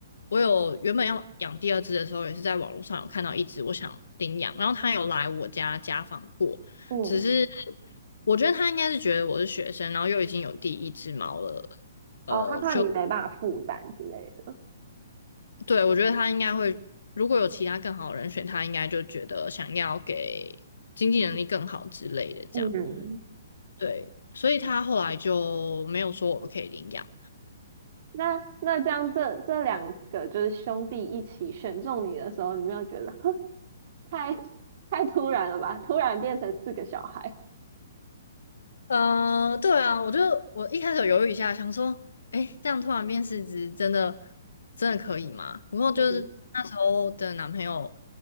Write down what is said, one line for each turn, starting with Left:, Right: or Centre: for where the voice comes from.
Left: 我有原本要养第二只的时候，也是在网络上有看到一只我想领养，然后它有来我家家访过，
Right: 嗯，
Left: 只是我觉得它应该是觉得我是学生，然后又已经有第一只猫了，呃，
Right: 哦，他怕你没办法负担之类的。
Left: 就对我觉得它应该会，如果有其他更好的人选，它应该就觉得想要给经济能力更好之类的这样，
Right: 嗯，
Left: 对，所以他后来就没有说我可以领养。
Right: 那那这样这这两个就是兄弟一起选中你的时候，你没有觉得太太突然了吧？突然变成四个小孩，
Left: 呃，对啊，我就我一开始有犹豫一下，想说，哎，这样突然变四只，真的真的可以吗？不过就是那时候的男朋友，
Right: 嗯